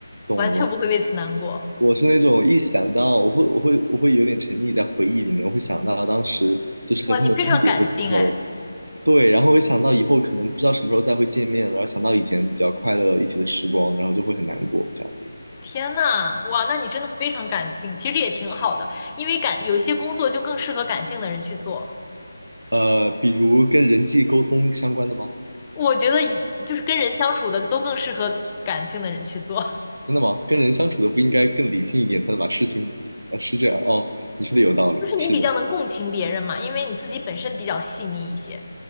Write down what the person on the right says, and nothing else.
懂了。
我是那种一想到我会我会我会有点沉溺在回忆里面，我会想到当时就是和他们分别的时候，
对，然后会想到以后可能不知道什么时候再会见面了，然后想到以前比较快乐一起的时光，然后就会很难过这样子。
呃，比如跟人际沟通相关的吗？
真的吗？跟人相处的不应该更理性一点，才能把事情，呃，是这样哦，你说的有道理，
是的，